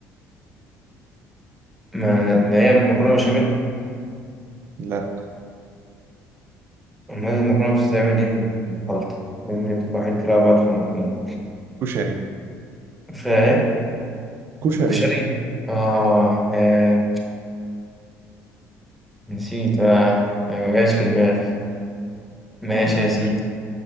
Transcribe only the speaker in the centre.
ما ما هي مكرونه بشاميل
امال المكرونه بتتعمل ايه بالخلطه لان بتبقى حاجات كتير على بعض في المكرونه
فايه
كشري اه يا نسيت اه يعني ما جاش في دماغي ماشي
يا سيدي